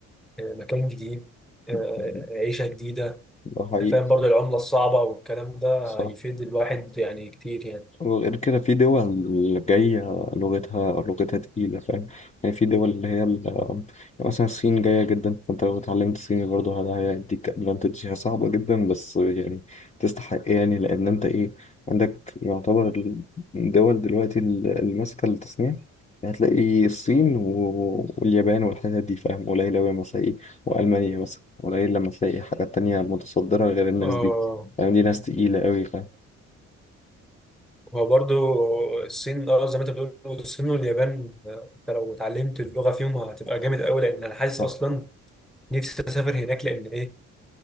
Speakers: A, in the centre; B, on the left (about 20°).
A: مكان جديد آه،
B: <laughs>
A: عيشه جديده
B: ده حقيقي
A: أنت فاهم برضه العمله الصعبه والكلام ده
B: صح
A: هيفيد الواحد يعني كتير يعني
B: وغير كده في دول جاية لغتها لغتها تقيلة فاهم يعني في دول اللي هي ال- يعني مثلا الصين جاية جدا فانت لو اتعلمت صيني برضه هذا هيديك ادفانتج هي صعبة جدا بس يعني تستحق يعني لأن انت ايه عندك يعتبر الدول دلوقتي ال- اللي ماسكة التصنيع يعني هتلاقي الصين و- واليابان والحتت دي فاهم قليل أوي لما تلاقي وألمانيا مثلا قليل لما تلاقي حاجات تانية متصدرة غير الناس
A: اه
B: دي يعني دي ناس تقيلة أوي فاهم
A: هو برضه الصين اه زي ما انت بتقول الصين واليابان آه، انت لو اتعلمت اللغه فيهم هتبقى جامد قوي لان انا حاسس
B: آه.
A: اصلا نفسي اسافر هناك لان ايه